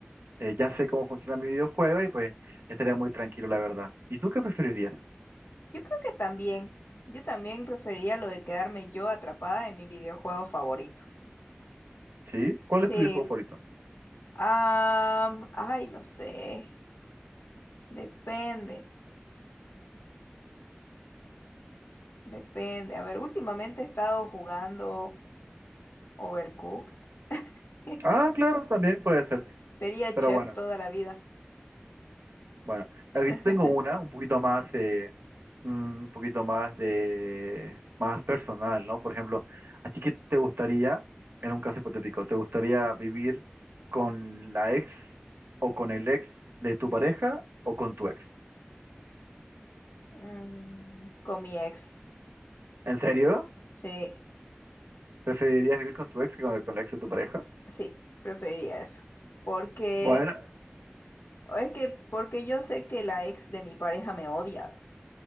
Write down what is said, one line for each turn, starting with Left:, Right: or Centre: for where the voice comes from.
Right: eh, ya sé cómo funciona mi videojuego y pues estaría muy tranquilo, la verdad. ¿Y tú qué preferirías?
Left: Yo creo que también, yo también preferiría lo de quedarme yo atrapada en mi videojuego favorito.
Right: ¿Sí? ¿Cuál
Left: Sí.
Right: es tu videojuego favorito?
Left: Ah, ay, no sé. Depende, depende. A ver, últimamente he estado jugando Overcooked. <laughs>
Right: Ah, claro, también puede ser.
Left: Sería
Right: Pero
Left: chef
Right: bueno,
Left: toda la vida.
Right: bueno.
Left: <laughs>
Right: Aquí te tengo una, un poquito más, eh, mm, un poquito más de, más personal, ¿no? Por ejemplo, ¿a ti qué te gustaría, en un caso hipotético, te gustaría vivir con la ex o con el ex de tu pareja o con tu ex?
Left: Mm, Con mi ex.
Right: ¿En serio?
Left: Sí,
Right: ¿Preferirías vivir con tu ex que con, con la ex de tu pareja?
Left: sí, preferiría eso. Porque,
Right: Bueno,
Left: o es que, porque yo sé que la ex de mi pareja me odia.